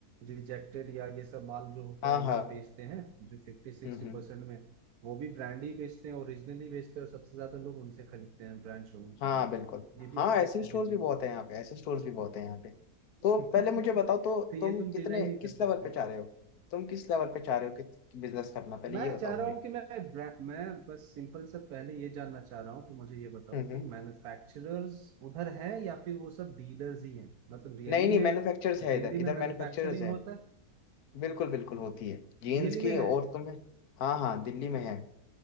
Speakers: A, on the right; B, on the left.
A: रिजेक्टेड या ये सब माल जो होता
B: हाँ
A: है इनका
B: हाँ
A: बेचते हैं जो फिफ्टी सिक्सटी
B: हम्म हम्म
A: परसेंट में वो भी ब्रांड ही बेचते हैं ओरिजिनली बेचते हैं और सबसे ज्यादा लोग उनसे खरीदते हैं ब्रांड शोरूम की
B: हाँ
A: जगह
B: बिल्कुल
A: ये भी
B: हाँ
A: एक फैक्ट
B: ऐसे स्टोर्स
A: है दिल्ली
B: भी बहुत है यहाँ पे ऐसे स्टोर्स भी बहुत है यहाँ पे तो
A: तो
B: पहले मुझे बताओ तो
A: ये
B: तुम
A: तुम
B: कितने
A: डिनाई नहीं
B: किस
A: कर
B: लेवल
A: सकते
B: पे चाह रहे हो तुम किस लेवल पे चाह रहे हो कि बिजनेस करना पहले
A: मैं
B: ये बताओ
A: चाह रहा
B: मुझे
A: हूँ कि मैं ब्रा- मैं बस सिंपल सा पहले ये जानना चाह रहा हूँ तो मुझे ये बताओ
B: हम्म
A: कि
B: हम्म।
A: मैन्युफैक्चरर्स उधर है या फिर वो सब डीलर्स ही हैं मतलब रियली
B: नहीं नहीं
A: में
B: मैन्युफैक्चरर्स है
A: दिल्ली
B: इधर
A: में
B: इधर
A: मैन्युफैक्चरिंग
B: मैन्युफैक्चरर्स है
A: होता है
B: बिल्कुल बिल्कुल होती है जीन्स
A: रियली
B: की
A: में
B: और
A: है
B: तुम्हें हाँ हाँ दिल्ली में है